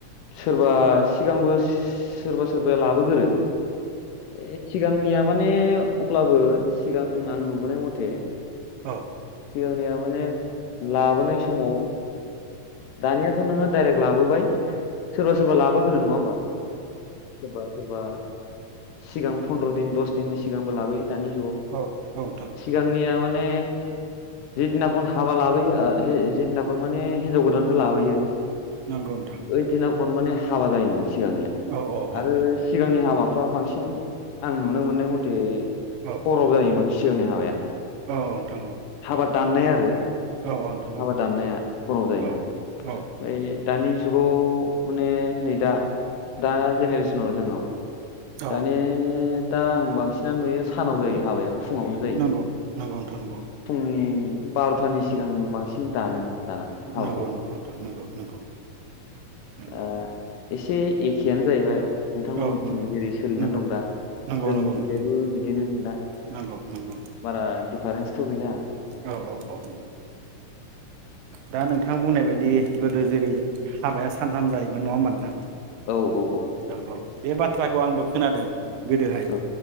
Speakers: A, on the left; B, on the right.
A: सोरबा सिगांबो सोरबा सोरबाया लाबोगोरो। ए सिगांनिया माने अब्लाबो सिगां आं नुबोनाय मथे।
B: औ
A: जोंनिया माने लाबोनाय समाव। दानियाथ' नोङो। डाइरेक्ट लाबोबाय। सोरबा सोरबा लाबोग्रो नङा होमबा सोरबा सोरबा। सिगां फन्द्र' दिन दस दिननि सिगांबो लाबोयो। दानि जुगाव
B: औ नोंथां
A: सिगांनिया माने। माने जिदिनाखन हाबा लाबोयो जिदिनाखन माने हिनजाव गोदानखौ लाबोयो।
B: नंगौ नोंथां
A: ओइ दिना खन माने। हाबा जायोमोन। सिगांनिया
B: औ औ
A: आरो
B: औ
A: सिगांनि हाबा फाव बांसिन आं नुनो मोननाय मथे
B: औ
A: हराव जायोमोन। सिगांनि हाबाया।
B: औ नोंथां औ।
A: हाबाद दाननाय आरो।
B: औ औ नोंथां
A: हाबा
B: औ
A: दाननाया हराव जायोमोन
B: औ
A: ओमफ्राय।
B: औ
A: दानि जुगाव माने नै दा दा जेनेरेसनाव जोंनाव।
B: औ
A: दानि दा आं बांसिनानो नुयो सानाव जायो हाबाया। फुङावनो जायो।
B: नंगौ नंगौ नोंथां नंगौ।
A: फुंनि बार'थानि सिगां बांसिन दानो। दाना हाबाफोरखौ
B: नंगौ नंगौ नोंथां नंगौ नंगौ नंगौ।
A: दा एसे एखेयानो जायैबाय। नोंथांमोननिथिं
B: औ नंगौ
A: जेरै सोलिनानै
B: नंगौ
A: दं दा
B: नंगौ
A: जोंनिथिंजायबो
B: नंगौ नोंथां नंगौ
A: बिदिनो दा
B: नंगौ नंगौ
A: बारा फारेन्स थ' गैया।
B: औ औ औ ओ दा नोंथां बुंनाय बायदि गोदो जेरै हाबाया सानथाम जायोमोन नङा होमबा नोंथां?
A: औ औ।
B: औ औ। बे बाथ्राखौ आंबो खोनादों। गोदोहाय
A: औ